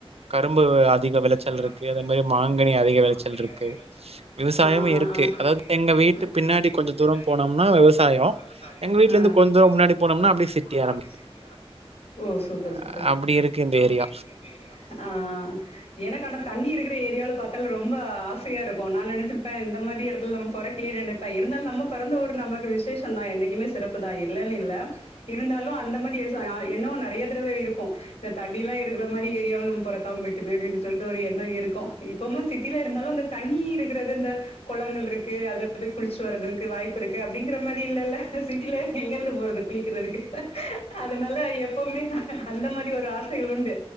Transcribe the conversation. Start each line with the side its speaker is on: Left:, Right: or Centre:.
Right: கரும்பு அதிக விளைச்சல் இருக்கு.
Left: அதிக
Right: அதே
Left: விளச்சல்
Right: மாரி
Left: இருக்கு
Right: மாங்கனி
Left: அதே மாரி
Right: அதிக
Left: மாங்கனி
Right: விளைச்சல் இருக்கு.
Left: அதிக விளைச்சல் இருக்கு
Right: விவசாயமும்
Left: விவசாயமு
Right: இருக்கு. அதாவது
Left: இருக்கு
Right: எங்க வீட்டு
Left: எங்க
Right: பின்னாடி
Left: வீட்டுக்கு
Right: கொஞ்சம்
Left: பின்னாடி
Right: தூரம் போனோம்னா
Left: கொஞ்ச தூரோ
Right: விவசாயம்.
Left: போனம்னா விவசாயோ
Right: எங்க வீட்லருந்து கொஞ்சம்
Left: எங்க
Right: தூரம்
Left: வீட்ல
Right: முன்னாடி
Left: இருந்து கொஞ்ச
Right: போனோம்னா, அப்டியே
Left: முன்னாடி
Right: சிட்டி
Left: போனோம்னா
Right: ஆரம்பிக்குது.
Left: அப்டியே சிட்டி ஆ ஓ சூப்பர்
Right: அ
Left: சூப்பர்
Right: அப்டி இருக்கு இந்த
Left: அ அ
Right: ஏரியா.
Left: அ எனக்கு அந்த தண்ணி இருக்குற ஏரியாவுல பாத்தா ரொம்ப ஆசையா இருக்கு நா நெனைச்சுப்பே இந்த மாரி இடத்துல நம்ம பொறக்கலயே நென நினச்சிப்பேன் ப இருந்தாலு நம்ம பெறந்த ஊரு நமக்கு விசேஷ தா என்னைக்குமே சிறப்புதா இல்லன்னு இல்ல இருந்தாலு அந்த மாரி எச ஆ எண்ண நறைய தடவ இருக்கு இந்த தண்ணி எல்லா இருக்குற மாரி ஏரியாவுல நம்ம பொறக்காம போய்ட்டோமே அப்டின்னு சொல்லிட்டு ஒரு எண்ண இருக்கு இப் இப்பமு சிட்டில இருந்தாலு அந்த தண்ணி இருக்குறது இந்த குளங்கள்ருக்கு அதுல போய் குளிச்சுட்டு வர்றதுக்கு வாய்ப்பு இருக்கு அப்டிங்கிற மாரி இல்லல்ல சிட்டில எங்க இருந்து போறது பி இரருக்கு அதனால எப்பவுமே அந்த மாரி ஒரு ஆசைகள் உண்டு